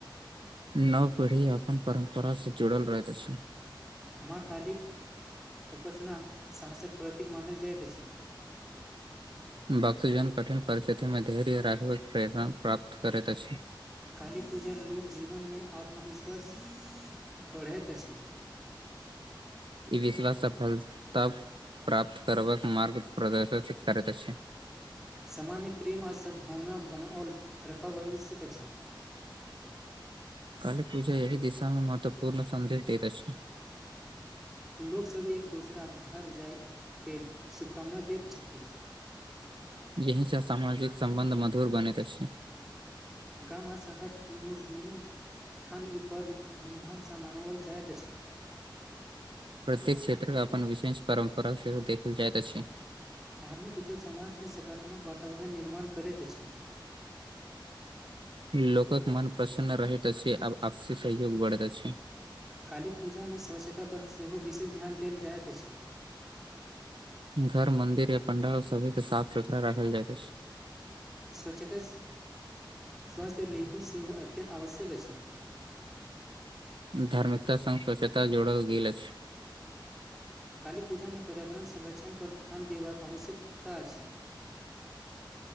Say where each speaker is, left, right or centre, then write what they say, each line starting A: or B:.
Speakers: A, on the right; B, in the centre.
A: नव पीढ़ी अपन परम्परा से जुड़ल रहति अछि
B: माँ कालीक उपासना साहसक प्रतीक मानल जाइत अछि
A: भक्तजन कठिन परिस्थिति मे धैर्य राखबाक प्रेरण प्राप्त करति अछि
B: काली पूजा लोक जीवन मे आत्मविश्वास बढ़ति अछि
A: ई विश्वास सफलता प्राप्त करबाक मार्ग प्रदर्शित करति अछि
B: समान्य प्रेम आ सद्भावना बनाओल रखय आवश्यक अछि
A: काली पूजा यही दिशा मे महत्वपूर्ण संदेश दति अछि
B: लोक सब एक दोसरा के घर जाइ के शुभकामना दति छथि
A: जही स सामाजिक संबन्ध मधुर बनति अछि
B: गाम आ शहर दुनू दुनू ठाम ई पर्व धूमधाम सँ मनाओल जाइत अछि
A: प्रत्येक क्षेत्र अपन विशेष परंपरा सेहो देखल जाइत अछि
B: धार्मिक उत्सव समाज मे सकारात्मक वातावरण निर्माण करति अछि
A: लोकक मन प्रसन्न रहति अछि आब आपसी सहयोग बढ़ति अछि
B: काली पूजा मे स्वच्छता पर सेहो विशेष ध्यान देल जाइत अछि
A: घर मंदिर या पंडाल सभे के साफ सुथरा राखल जाइत अछि
B: स्वच्छता स्वास्थ लेहु सेहो अत्यन्त आवश्यक अछि
A: धार्मिकता संग स्वच्छता जोड़ल गेल अछि
B: काली पूजा मे पर्यावरण संरक्षण पर ध्यान देबाक आवश्यकता अछि